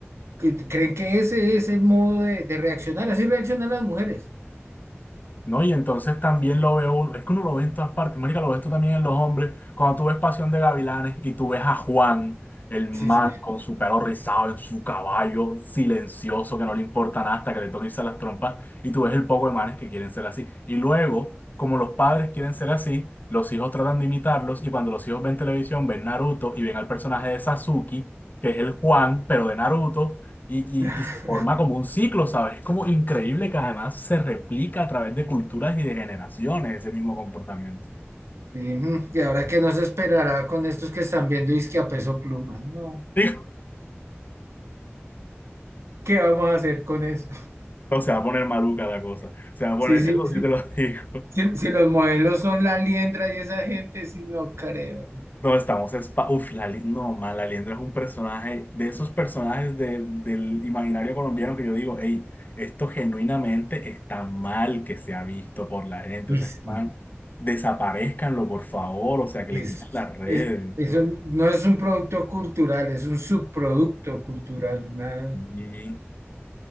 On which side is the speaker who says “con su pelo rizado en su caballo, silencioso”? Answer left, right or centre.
Left